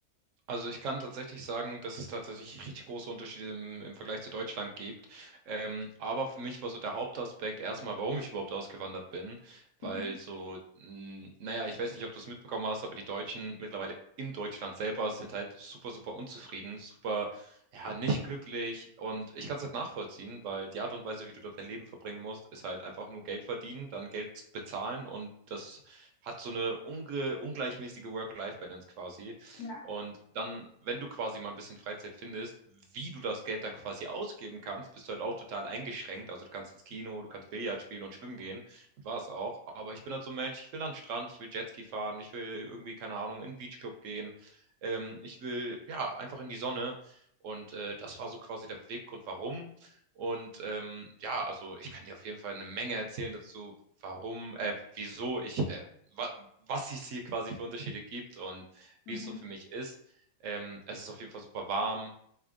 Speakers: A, on the right; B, on the left.
A: also ich kann tatsächlich sagen, dass es tatsächlich richtig große Unterschiede im, im Vergleich zu Deutschland gibt. Ähm, aber für mich war so der Hauptaspekt erstmal, warum ich überhaupt ausgewandert bin, weil
B: Mhm.
A: so, mh, naja, ich weiß nicht, ob du es mitbekommen hast, aber die Deutschen mittlerweile in Deutschland selber sind halt super, super unzufrieden, super, ja, nicht glücklich. Und ich kann es halt nachvollziehen, weil die Art und Weise, wie du dort dein Leben verbringen musst, ist halt einfach nur Geld verdienen, dann Geld bezahlen und das hat so eine unge ungleichmäßige Work-Life-Balance quasi.
B: Ja.
A: Und dann, wenn du quasi mal ein bisschen Freizeit findest, wie du das Geld dann quasi ausgeben kannst, bist du halt auch total eingeschränkt. Also du kannst ins Kino, du kannst Billard spielen und schwimmen gehen. Das war es auch. Aber ich bin halt so ein Mensch, ich will an den Strand, ich will Jetski fahren, ich will irgendwie, keine Ahnung, in den Beachclub gehen. Ähm, ich will, ja, einfach in die Sonne. Und äh, das war so quasi der Beweggrund, warum. Und ähm, ja, also ich kann dir auf jeden Fall eine Menge erzählen dazu, warum, äh, wieso ich, äh, wa was es hier quasi für Unterschiede gibt und
B: Mhm.
A: wie es so für mich ist. Ähm, es ist auf jeden Fall super warm